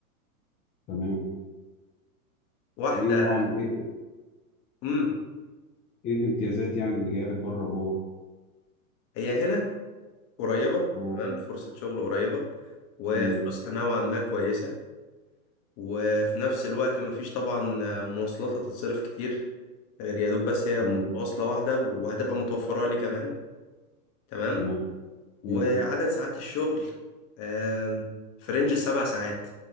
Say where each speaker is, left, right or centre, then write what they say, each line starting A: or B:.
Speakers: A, on the left (about 20°); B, on the left (about 35°).
A: تمام
B: واحده
A: ايه نوع ال- ايه ايه
B: امم
A: إيه الامتيازات يعني اللي جايه لك بره وجوه
B: هي هنا قريبه
A: اه
B: تمام فرصه شغل قريبه وفلوسها
A: مم.
B: نوعا ما كويسه وفي نفس الوقت مفيش طبعا مواصلات هتتصرف كتير غير يا دوب بس هي
A: مم.
B: مواصله واحده وهتبقى متوفره لي كمان تمام
A: تمام
B: وعدد
A: مم.
B: ساعات الشغل آم، في رينج السبع ساعات